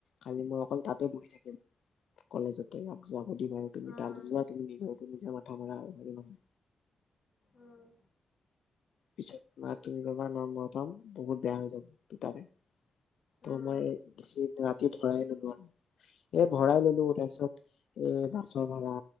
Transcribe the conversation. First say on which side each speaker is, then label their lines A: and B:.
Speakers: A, on the left (about 70°); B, on the left (about 45°).
A: কালি মই অকল তাতে বহি থাকিম কলেজত ত ইয়াত জব সুদিম আৰু তুমি
B: অঁ
A: তালে যোৱা তুমি নিজৰ নিজা মাথা মাৰা আৰু হয়নে নহয়
B: অঁ
A: পিছত তুমি বাবা নমমৰ পাম বহুত বেয়া হৈ যাব দুটাৰে ত'
B: অঁ
A: মই বেছি ৰাতি ভৰাই ললো আৰু এ ভৰাই ললো তাৰপিছত এ বাছৰ ভাড়া